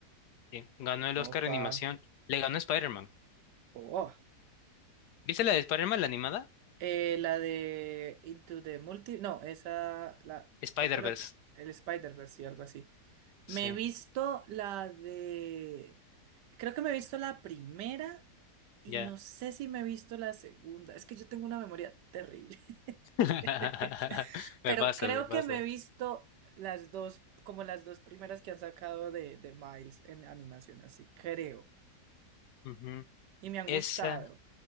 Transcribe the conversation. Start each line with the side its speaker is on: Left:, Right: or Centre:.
Left: Sí, ganó el Oscar
Right: Opa.
Left: de animación. Le ganó Spider-Man.
Right: Oh.
Left: ¿Viste la de Spider-Man, la animada?
Right: Eh, la de Into the Multi. No, esa. La...
Left: Spider-Verse.
Right: ¿Cuál fue la última? El Spider-Verse y algo así. Me
Left: Sí,
Right: he visto la de. Creo que me he visto la primera y
Left: ya.
Right: no sé si me he visto la segunda. Es que yo tengo una memoria terrible.
Left: <laughs>
Right: <laughs> Pero
Left: Me pasa,
Right: creo
Left: me
Right: que
Left: pasa.
Right: me he visto las dos, como las dos primeras que han sacado de, de Miles en animación, así creo.
Left: Ujú.
Right: Y me han
Left: Esa.
Right: gustado.